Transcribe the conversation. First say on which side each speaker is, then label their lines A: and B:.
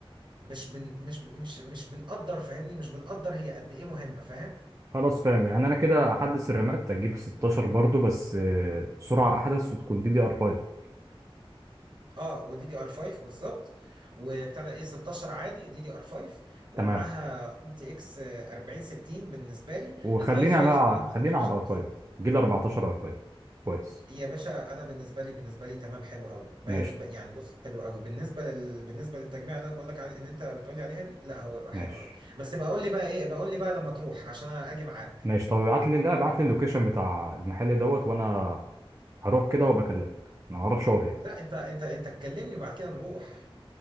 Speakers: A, on the right (about 50°); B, on the right (about 35°).
A: مش بن مش ب- مش مش بنقدر فاهمني مش بنقدر هي قد ايه مهمه فاهم
B: خلاص فاهم يعني أنا كده أحدث الرمات أجيب 16 برضو بس آه، سرعة أحدث وتكون دي دي ار 5
A: اه ودي دي ار 5 بالظبط وبتاع ده ايه 16 عادي دي دي ار 5 ومعاها
B: تمام
A: ار تي اكس 4060 بالنسبه لي
B: وخلينا
A: الاي 5
B: بقى
A: انا ما
B: خلينا
A: عنديش مشاكل
B: على الاي 5
A: خالص
B: جيل 14 اي 5 كويس
A: يا باشا انا بالنسبه لي بالنسبه لي تمام حلو قوي باين
B: ماشي
A: ب- يعني بص حلو قوي بالنسبه لل... بالنسبه للتجميع اللي انا بقول لك عليه اللي انت بتقول لي عليها دي لا هو يبقى
B: ماشي
A: حلو قوي بس بقول لي بقى ايه بقول لي بقى لما تروح عشان انا اجي معاك
B: ماشي طب ابعت لي لا ابعت لي اللوكيشن بتاع المحل دوت وانا هروح كده وبكلمك انا ما اعرفش هو فين
A: لا انت انت انت تكلمني وبعد كده نروح